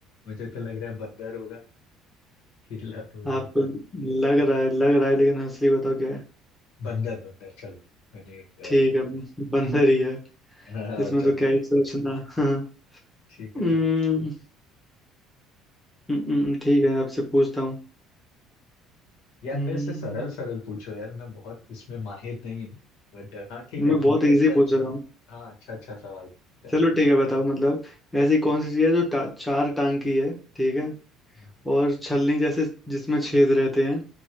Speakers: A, on the left; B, in the centre.
A: मुझे तो लग रहा है बंदर होगा केला तो वही
B: आपको
A: था
B: लग रहा है लग रहा है लेकिन असली बताओ क्या है
A: बंदर बंदर चलो मैंने एक
B: ठीक
A: अ,
B: है
A: पूछ
B: बंदर ही है
A: हाँ हाँ,
B: इसमें
A: चलो
B: तो क्या ही सोचना हाँ।
A: ठीक है
B: हम्म,
A: चलो
B: हम्म, ठीक है आपसे पूछता हूँ
A: यार
B: हम्म,
A: मेरे से सरल सरल पूछो यार मैं बहुत इसमें माहिर नहीं हूँ बट हाँ ठीक
B: मैं
A: है तुम
B: बहुत
A: भी
B: इजी
A: अच्छा अच्छा
B: पूछ रहा हूँ
A: हाँ अच्छा अच्छा सवाल पूछा
B: चलो ठीक है बताओ मतलब ऐसी कौन सी चीज़ है जो टा, चार टांग की है ठीक है
A: हम्म।
B: और छलनी जैसे जिसमें छेद रहते हैं